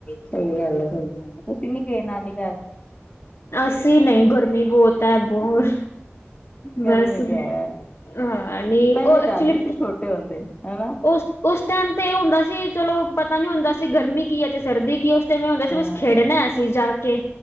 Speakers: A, on the left; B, on the left.
A: ਸਹੀ ਗੱਲ ਹੈ ਸਹੀ ਗੱਲ ਹੈ। ਤੁਸੀਂ ਨੀ ਗਏ ਨਾਨੀ ਘਰ?
B: ਅਸੀਂ ਨਹੀਂ ਗਰਮੀ ਬਹੁਤ ਹੈ ਬਹੁਤ
A: ਗਰਮੀ
B: ਬਸ
A: ਤੇ ਹੈ
B: ਹਾਂ ਨਹੀਂ
A: ਪਹਿਲੇ
B: ਉਹ ਐਕਚੁਲੀ
A: ਜਾਂਦੇ ਸੀ ਛੋਟੇ ਹੁੰਦੇ ਹਨਾ ਹਾਂ।
B: ਓਸ-ਓਸਟਾਈਮ ਤੇ ਓ ਹੁੰਦਾ ਸੀ ਚਲੋ ਪਤਾ ਨੀ ਹੁੰਦਾ ਸੀ। ਗਰਮੀ ਕੀ ਐ ਤੇ ਸਰਦੀ ਕਿ ਉਸ ਟਾਈਮ ਏਹ ਹੁੰਦਾ ਸੀ
A: ਹਾਂ
B: ਬਸ ਖੇਡਣਾ ਅਸੀਂ ਜਾ ਕੇ,